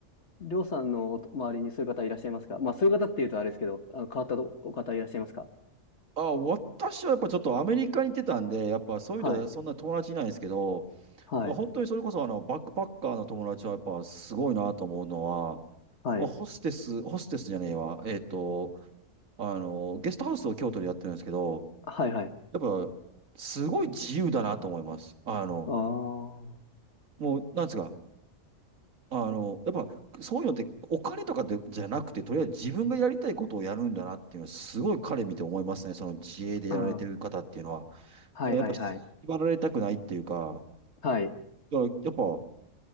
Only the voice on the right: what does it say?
あ、私はやっぱちょっとアメリカに行ってたんで、やっぱそういう意味ではそんな友達いないんですけど、
本当にそれこそあのバックパッカーの友達はやっぱすごいなと思うのは、
まあホステス、ホステスじゃねえわ、えっと、あの、ゲストハウスを京都でやってるんですけど、
やっぱ、すごい自由だなと思います。あの、
もう、なんですか、あの、やっぱ、そういうのって、お金とかで、じゃなくて、とりあえず自分がやりたいことをやるんだなっていうのは、すごい彼見て思いますね。その自営でやられてる方っていうのは。
だからやっぱ、縛られたくないっていうか、
だからやっぱ、